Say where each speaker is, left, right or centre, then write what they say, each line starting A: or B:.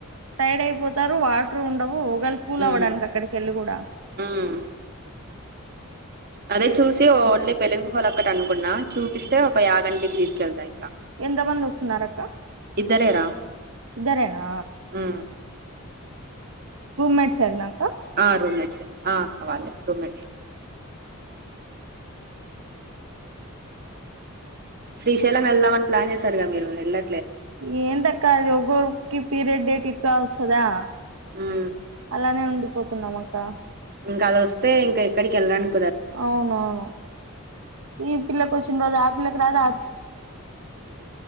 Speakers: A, on the right (about 75°); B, on the right (about 45°).
A: టైడ్ అయిపోతారు వాటర్ ఉండవు ఒకగాళ కూల్
B: ఉమ్
A: అవ్వడానికి అక్కడికి వెళ్ళి కూడా.
B: ఉమ్ అదే చూసి ఓన్లీ పెలిమి హోల్ అక్కటి అనుకున్నా చూపిస్తే ఒక యాగంటికి తీసుకెళ్తా ఇంకా
A: ఎంత మంది వస్తున్నారు అక్క
B: ఇద్దరే రా
A: ఇద్దరేనా
B: హు
A: టూ మట్స్ నాకు
B: ఆ రూమట్స్ ఆ కవాలే రూమట్స్ శ్రీశైలం వెళ్దామని ప్లాన్ చేశారుగా మీరు ఎల్లా
A: ఏన్ దక్క అది ఒగకి పీరియడ్ డేట్ ఇ ఇ వస్తదా
B: ఉమ్
A: అలానే ఉండు పోతున్నాం అక్క
B: ఇంకా అది వస్తే ఇంకా ఎక్కడికి వెళ్ళనికి
A: అవునవును ఈ పిల్లకీ వచ్చి రోజా అ పిల్లకి రాధ్